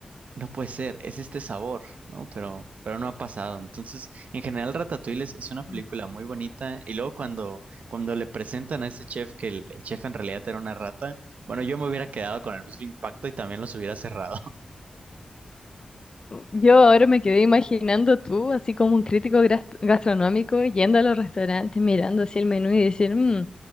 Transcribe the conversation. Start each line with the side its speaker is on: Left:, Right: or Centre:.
Right: no puede ser, es este sabor, ¿no? Pero, pero no ha pasado. Entonces, en general, Ratatouille es, es una película
Left: Ujú.
Right: muy bonita. Y luego cuando, cuando le presentan a este chef que el, el chef en realidad era una rata, bueno, yo me hubiera quedado con el mismo impacto y también los hubiera cerrado. <laughs>
Left: Yo ahora me quedé imaginando tú, así como un crítico gras- gastronómico, yendo a los restaurantes, mirando así el menú y decir, "Mm,